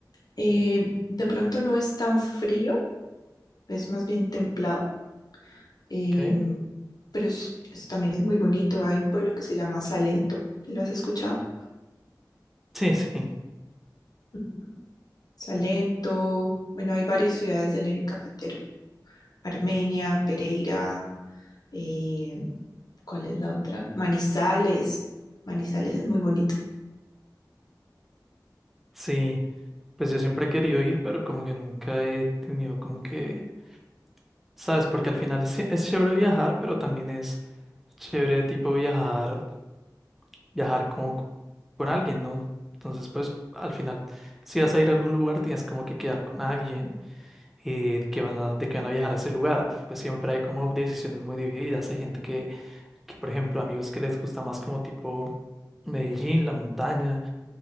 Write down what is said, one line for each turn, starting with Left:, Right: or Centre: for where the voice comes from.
Left: Eh, de pronto no es tan frío, es más bien templado, em,
Centre: ¿ok?
Left: pero es- es- también es muy bonito. Hay un pueblo que se llama Salento. ¿Lo has escuchado?
Centre: Sí, sí,
Left: Ujú. Salento, bueno, hay varias ciudades del eje cafetero. Armenia, Pereira, eh, ¿cuál es la otra? Manizales. Manizales es muy bonito.
Centre: sí. Pues yo siempre he querido ir, pero como que nunca he tenido como que, ¿sabes? Porque al final es, sí, es chévere viajar, pero también es chévere tipo viajar, viajar con, con alguien, ¿no? Entonces, pues al final, si vas a ir a algún lugar, tienes como que quedar con alguien eh, que van a, de que van a viajar a ese lugar. Pues siempre hay como decisiones muy divididas. Hay gente que, que, por ejemplo, amigos que les gusta más como tipo Medellín, la montaña.